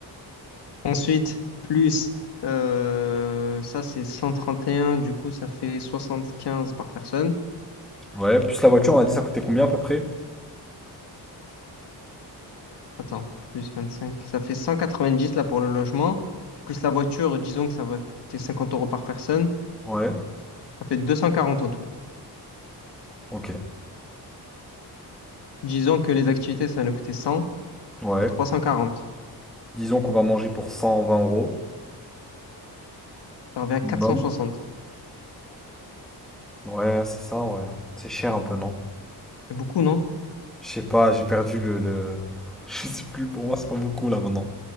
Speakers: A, on the left (about 80°); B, in the centre.
A: Ensuite, plus euh, ça c'est 131. du coup ça fait 75 par personne.
B: Ouais, plus la voiture, on a dit ça coûtait combien à peu près?
A: Attends, plus vingt-cinq, ça fait 190 là pour le logement, plus la voiture, disons que ça va te coûter 50 euros par personne,
B: Ouais,
A: ça fait 240 en tout.
B: ok.
A: Disons que les activités ça va nous coûter 100,
B: Ouais.
A: c'est 340.
B: Disons qu'on va manger pour 120 euros.
A: ça revient à
B: Minimum.
A: quatre cent soixante.
B: Ouais, c'est ça, ouais. hein. C'est cher un peu, non?
A: C'est beaucoup, non?
B: Je sais pas, j'ai perdu le, le- <laughs> Je sais plus, pour moi, c'est pas beaucoup là maintenant.